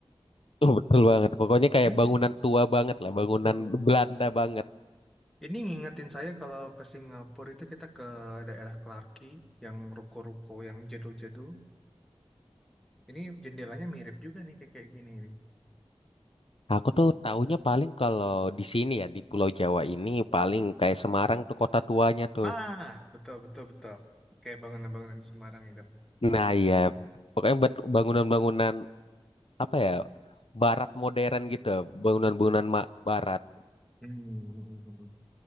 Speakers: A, on the left (about 65°); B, in the centre.
A: <laughs> tuh betul banget pokoknya kayak
B: Ini
A: bangunan tua banget lah bangunan
B: betul.
A: Belanda banget
B: Ini ngingetin saya kalau ke Singapura itu kita ke daerah Clarke Quay yang ruko-ruko yang jadul-jadul Ini jendelanya mirip juga nih kayak kayak gini nih.
A: aku tuh taunya paling kalau di sini ya di Pulau Jawa ini paling kayak Semarang tuh kota tuanya tuh
B: Ah, betul betul betul. Kayak bangunan-bangunan di Semarang itu.
A: nah iya pokoknya bet- bangunan-bangunan apa ya barat modern gitu bangunan-bangunan ma- barat
B: Hmm. hmm, hmm, hmm, hmm, hmm.